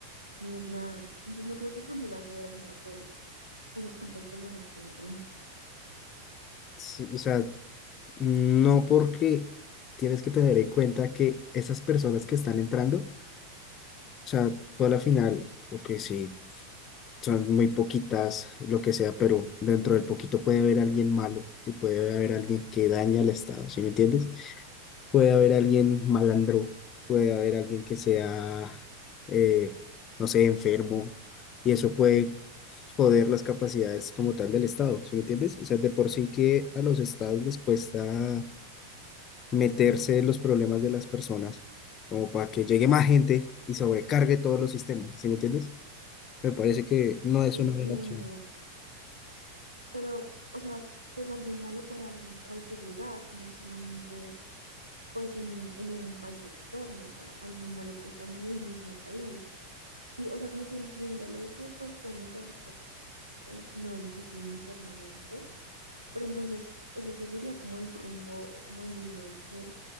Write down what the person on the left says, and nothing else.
Sí, O sea, no porque tienes que tener en cuenta que esas personas que están entrando, o sea, tú a la final, ok, sí son muy poquitas, lo que sea, pero dentro del poquito puede haber alguien malo y puede haber alguien que daña al Estado, ¿sí me entiendes? Puede haber alguien malandro, puede haber alguien que sea, eh, no sé, enfermo, y eso puede joder las capacidades como tal del Estado, ¿sí me entiendes? O sea, de por sí que a los Estados les cuesta meterse en los problemas de las personas, como para que llegue más gente y sobrecargue todos los sistemas, ¿sí me entiendes? Me parece que no es
una buena opción.